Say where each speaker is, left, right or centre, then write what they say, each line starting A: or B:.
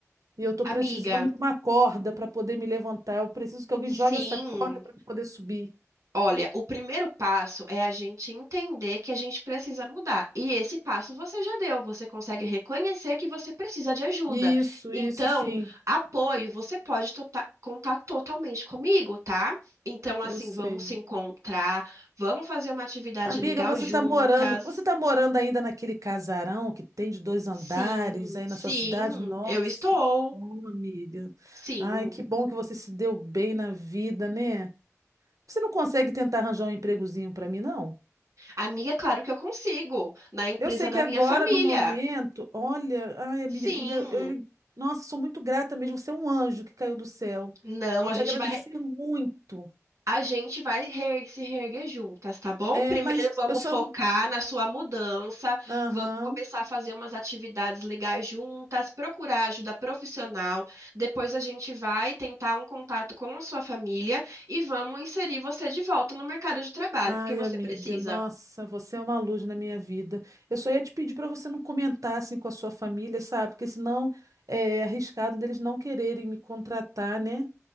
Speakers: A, on the right (about 85°); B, on the right (about 70°).
A: E eu tô
B: Amiga,
A: precisando de uma corda para poder me levantar. Eu preciso que alguém
B: sim,
A: jogue essa corda para poder subir.
B: Olha, o primeiro passo é a gente entender que a gente precisa mudar. E esse passo você já deu, você consegue reconhecer que você precisa de ajuda.
A: Isso,
B: Então,
A: isso sim.
B: apoio, você pode tota- contar totalmente comigo, tá? Então, assim,
A: Eu sei.
B: vamos se encontrar, vamos fazer uma atividade
A: Amiga,
B: legal
A: você
B: juntas.
A: tá morando, você tá morando ainda naquele casarão que tem de dois andares
B: Sim,
A: aí
B: sim,
A: na sua cidade? Nossa,
B: eu estou.
A: que bom, amiga.
B: Sim.
A: Ai, que bom que você se deu bem na vida, né? Você não consegue tentar arranjar um empregozinho para mim, não?
B: Amiga, claro que eu consigo, na empresa
A: Eu sei
B: da
A: que
B: minha
A: agora,
B: família.
A: no momento, olha, ai, amiga,
B: Sim.
A: eu- nossa, sou muito grata mesmo. Você é um anjo que caiu do céu.
B: Não,
A: Vou
B: a
A: te
B: gente
A: agradecer
B: vai.
A: muito.
B: A gente vai reer- se reerguer juntas, tá bom?
A: É,
B: Primeiro
A: mas
B: vamos
A: eu só
B: focar
A: não.
B: na sua mudança,
A: Aham.
B: vamos começar a fazer umas atividades legais juntas, procurar ajuda profissional. Depois a gente vai tentar um contato com a sua família e vamos inserir você de volta no mercado de trabalho,
A: Ai,
B: porque você
A: amiga,
B: precisa.
A: nossa, você é uma luz na minha vida. Eu só ia te pedir para você não comentar assim com a sua família, sabe? Porque senão é é arriscado deles não quererem me contratar, né?